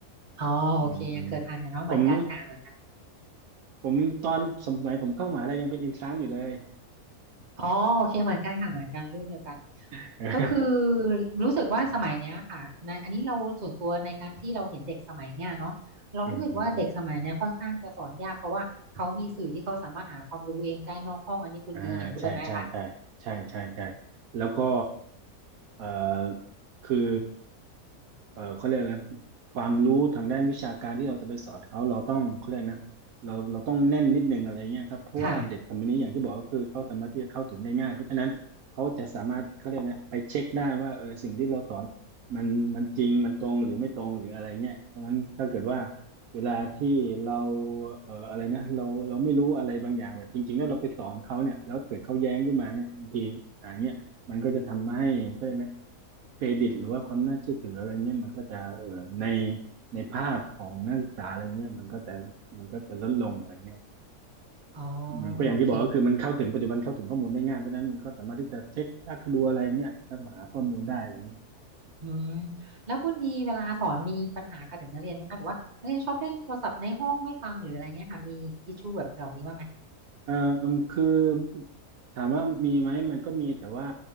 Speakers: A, on the right; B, on the right.
A: อ๋อโอเคยังเกิดทันอยู่เนาะเหมือนกันค่ะเหมือนกัน
B: อืมอืมผม ผมตอนสมัยผมเข้ามหาลัยยังเป็นเอินทรานซ์อยู่เลย
A: อ๋อโอเคเหมือนกันค่ะเหมือนกันรุ่นเดียวกัน
B: <laughs> เออ
A: ก็คือรู้สึกว่าสมัยเนี้ยค่ะในอันนี้เราส่วนตัวในการที่เราเห็นเด็กสมัยเนี้ยเนาะเรารู้สึกว่าเด็กสมัยเนี้ยค่อนข้างจะสอนยากเพราะว่าเขามีสื่อที่เขาสามารถหาความรู้เองได้นอกห้องอันนี้คุณดีเห็นด้วยไหมคะ
B: อืมอืมอืมอ่าใช่ใช่ใช่ใช่ใช่ใช่แล้วก็เอ่อคือ เอ่อเขาเรียกอะไรนะความรู้ทางด้านวิชาการที่เราจะไปสอนเขาเราต้องเขาเรียกนะเราเราต้องแน่นนิดนึงอะไรเงี้ยครับเพราะว่าเด็กสมัยนี้อย่างที่บอกก็คือเขาสามารถที่จะเข้าถึงได้ง่ายเพราะฉะนั้นเขาจะสามารถเขาเรียกนะไปเช็คได้ว่าเออสิ่งที่เราสอน
A: ค่ะ
B: มันมันจริงมันตรงหรือไม่ตรงหรืออะไรเงี้ยเพราะฉะนั้นถ้าเกิดว่าเวลาที่เราเอ่ออะไรนะเราเราไม่รู้อะไรบางอย่างแบบจริงๆแล้วเราไปสอนเขาเนี่ยแล้วเกิดเขาแย้งขึ้นมาเนี่ยบางทีอ่าเงี้ย มันก็จะทำให้ก็เลยกนะเครดิตหรือว่าความน่าเชื่อถืออะไรเงี้ยมันก็จะเออในในภาพของนักศึกษาอะไรเงี้ยมันก็จะมันก็จะลดลงอะไรเงี้ย
A: อ๋อ
B: อืมก็อย่างที่บอกก็คือมันเข้าถึงปัจจุบันเข้าถึงข้อมูลได้ง่ายเพราะฉะนั้นมันก็สามารถที่จะเช็ครักรัวอะไรเงี้ยแล้วหาข้อมูลได้อะไรเงี้ย
A: โอเคอืมแล้วคุณดีเวลาสอนมีปัญหากับเด็กนักเรียนไหมคะแบบว่านักเรียนชอบเล่นโทรศัพท์ในห้องไม่ฟังหรืออะไรเงี้ยค่ะมีอิชชูแบบเหล่านี้บ้างไหม
B: เอ่อคือถามว่ามีไหมมันก็มีแต่ว่า